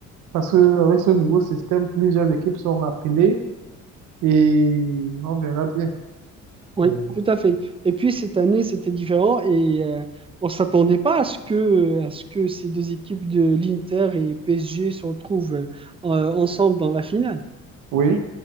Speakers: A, on the right; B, on the right.
A: Parce que avec ce nouveau système, plusieurs équipes sont appelées et on verra bien.
B: Oui,
A: Euh,
B: tout à fait. Et puis cette année, c'était différent et euh, on s'attendait pas à ce que, à ce que ces deux équipes de l'Inter et PSG se retrouvent euh, en- ensemble dans la finale.
A: Oui.